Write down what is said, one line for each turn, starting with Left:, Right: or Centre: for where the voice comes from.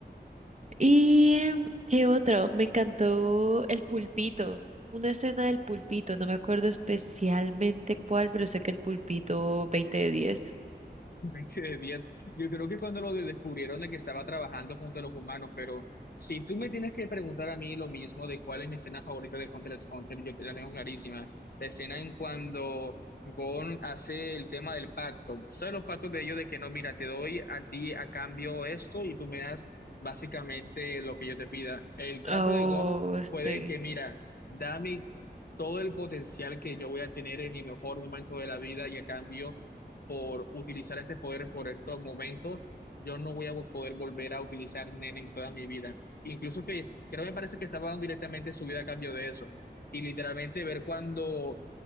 Right: ¿Y em, qué otro? Me encantó el pulpito, una escena del pulpito, no me acuerdo especialmente cuál, pero sé que el pulpito veinte de diez
Left: <laughs> Me quedé bien. Yo creo que cuando lo de- descubrieron de que estaba trabajando junto a los humanos, pero si tú me tienes que preguntar a mí lo mismo de cuál es mi escena favorita de Hunter x Hunter, yo te la tengo clarísima. La escena en cuando Gon hace el tema del pacto. ¿Sabes los pactos de ellos de que no, mira, te doy a ti a cambio esto y tú me das básicamente lo que yo te pida? El trato
Right: Oh,
Left: de Gon fue de
Right: sí,
Left: que, mira, dame todo el potencial que yo voy a tener en mi mejor momento de la vida y a cambio por utilizar este poder por estos momentos, yo no voy a vo- poder volver a utilizar Nen en toda mi vida. Incluso que creo me parece que estaba dando directamente su vida a cambio de eso. Y literalmente ver cuando,